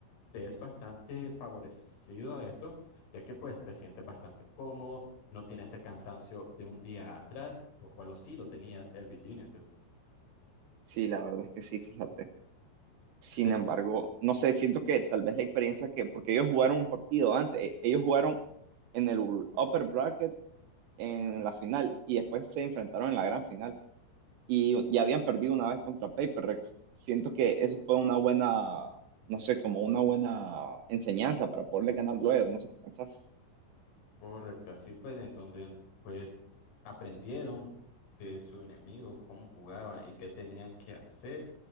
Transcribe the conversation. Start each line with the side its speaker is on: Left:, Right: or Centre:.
Left: te es bastante favorecido a esto, ya que pues te sientes bastante cómodo, no tienes ese cansancio de un día atrás, lo cual lo sí lo tenías el Virginia.
Right: Sí, la verdad es que sí, fíjate. Sin
Left: Pero
Right: embargo, no sé, siento que tal vez la experiencia que, porque ellos jugaron un partido antes, e- ellos jugaron en el upper bracket en la final y después se enfrentaron en la gran final y ya habían perdido una vez contra PaperX. Siento que eso fue una buena, no sé, como una buena enseñanza para poderle ganar luego, no sé qué pensás.
Left: Correcto, así pues, entonces, pues aprendieron de su enemigo cómo jugaban y qué tenían que hacer